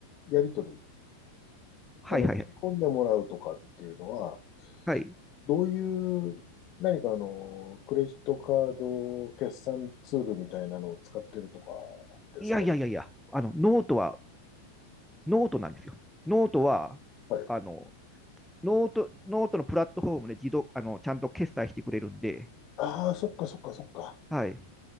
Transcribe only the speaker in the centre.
はいはいはい。
はい。
いやいやいやいや、あの、ノートは、ノートなんですよ。ノートは、
あの、ノート、ノートのプラットフォームで自動、あの、ちゃんと決済してくれるんで、
はい。